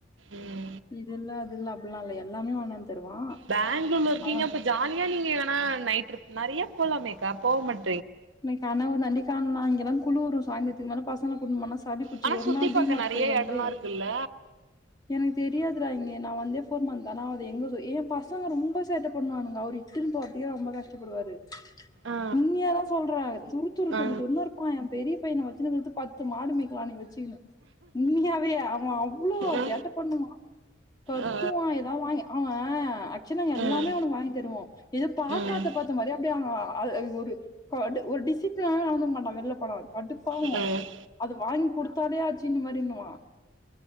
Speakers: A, on the right; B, on the left.
A: உம்
B: இது இல்ல அது இல்ல அப்படில்லாம் இல்ல எல்லாமே தருவான்.
A: பெங்களூர்ல இருக்கீங்க
B: அவன்
A: இப்ப ஜாலியா நீங்க ஆ நைட் ட்ரிப் நிறைய போகலாமேக்கா போக மாட்
B: என் கனவு தாண்டி இங்கல்லாம் குளுரும் சாய்ந்திரத்துக்கு மேல பசங்க கூட்டி போனா சளி புடிச்சுரு
A: ஆனா
B: ஒரு
A: சுத்தி
B: நாள் டிமார்ட்
A: பாக்க நெறைய
B: போய் வந்ததே
A: எடல்லா இருக்குல்ல
B: எனக்கு தெரியாதுடா இங்க நான் வந்து மந்த் ஆனா அது எங்க என் பசங்க ரொம்ப சேட்டை பண்ணுவானுங்க அவர் இட்டுன்னு போறத்துக்கே ரொம்ப கஷ்டப்படுவாரு
A: ஆ
B: உண்மையா சொல்றேன் துரு துரு
A: ஆ
B: துரு துருன்னு இருப்பான் என் பெரிய பையன வச்சுருக்குறதுக்கு பத்து மாடு மேய்க்கலா நீ வச்சு மெய்யாவே அவன் அவ்ளோ
A: ஆ ஆ
B: சேட்டை பண்ணுவான் கத்துவான்
A: ஆ
B: ஏதான் வாங்கி அவன் அக்சலா எல்லாமே
A: ஆ ம்
B: அவனுக்கு வாங்கி தருவோம் எது பாக்காத
A: ம்
B: பார்த்த மாரியே அப்டியே அவ அ அது ஒரு கடு ஒரு டிசிப்ளினாவே நடந்துக்கமாட்டா வெளில போனா கடுப்பாவும்
A: ம்
B: அது வாங்கி குடுத்தாலே ஆச்சு இந்த மாரி ஆ